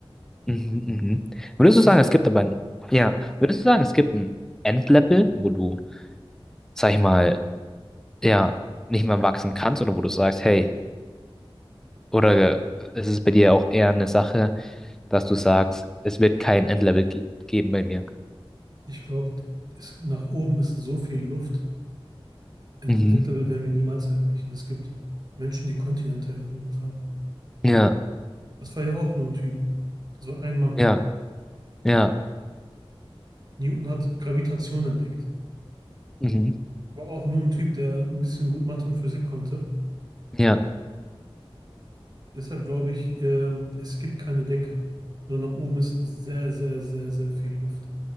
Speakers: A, in the centre; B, on the right.
A: Mhm, mhm. Würdest
B: Weißt
A: du sagen,
B: du
A: es
B: das?
A: gibt aber ein, ja, würdest du sagen, es gibt ein Endlevel, wo du, sag ich mal, ja, nicht mehr wachsen kannst oder wo du sagst, hey, oder äh, ist es bei dir auch eher eine Sache, dass du sagst, es wird kein Endlevel ge geben bei mir?
B: Ich glaube, nach oben ist so viel Luft. Ent-
A: Mhm.
B: Endlevel werden wir niemals erreichen. Es gibt Menschen, die Kontinente erobert haben.
A: Ja,
B: Das war ja auch nur ein Typ. Das war ein Mann.
A: ja, ja,
B: Newton hat Gravitation entdeckt.
A: mhm,
B: War auch nur ein Typ, der ein bisschen gut Mathe und Physik konnte.
A: ja,
B: Deshalb glaube ich, ähm, es gibt keine Decke. Sondern nach oben ist sehr, sehr, sehr, sehr viel Luft.